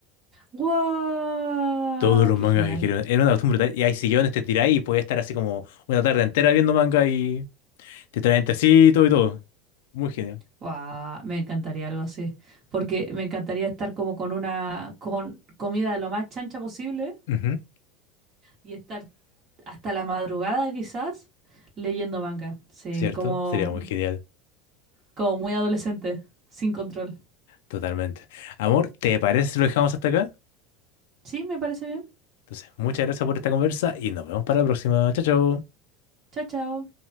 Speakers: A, on the right; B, on the left.
A: ¡Wow!
B: Todos los
A: ¡Qué
B: mangas
A: genial!
B: que quieras. Era una costumbre brutal. Y hay sillones, te tiráis y puedes estar así como una tarde entera viendo manga y te traen tecito y todo. Muy genial,
A: Guau, me encantaría algo así, porque me encantaría estar como con una con comida lo más chancha posible
B: Ujú.
A: y estar hasta la madrugada quizás leyendo manga. Sí,
B: ¿cierto?
A: como
B: Sería muy genial.
A: como muy adolescente, sin control.
B: Totalmente. Amor, ¿te parece si lo dejamos hasta acá?
A: Sí, me parece bien.
B: Entonces, muchas gracias por esta conversa y nos vemos para la próxima. Chao, chao.
A: Chao, chao.